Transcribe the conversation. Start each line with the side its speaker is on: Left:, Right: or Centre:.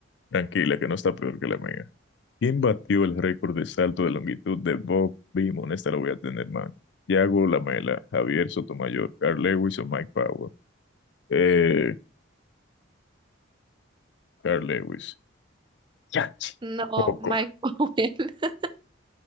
Left: Tranquila, que no está peor que la mía. ¿Quién batió el récord de salto de longitud de Bob Beamon? Esta la voy a tener, man. Yago Lamela, Javier Sotomayor, Carl Lewis o Mike Power. Eh, Carl Lewis. Ya,
Right: No,
Left: poco.
Right: Michael. <laughs>